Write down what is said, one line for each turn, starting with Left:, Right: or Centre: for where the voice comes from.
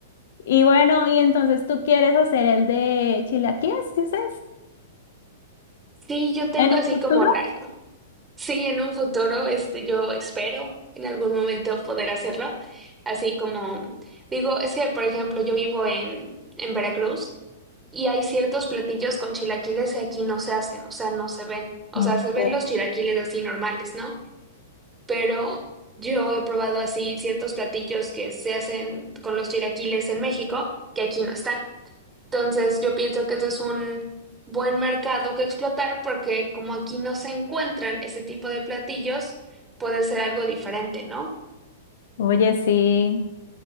Left: Y bueno, y entonces tú quieres hacer el de chilaquiles, dices,
Right: Sí, yo tengo
Left: en un
Right: así
Left: futuro.
Right: como la, Sí, en un futuro, este, yo espero en algún momento poder hacerlo. Así como digo, es que, por ejemplo, yo vivo en, en Veracruz y hay ciertos platillos con chilaquiles que aquí no se hacen, o sea, no se ven. O
Left: En
Right: sea, se ven
Left: se-
Right: los chilaquiles así normales, ¿no? Pero yo he probado así ciertos platillos que se hacen con los chilaquiles en México que aquí no están. Entonces, yo pienso que eso es un buen mercado que explotar porque como aquí no se encuentran ese tipo de platillos, puede ser algo diferente, ¿no?
Left: Oye, sí,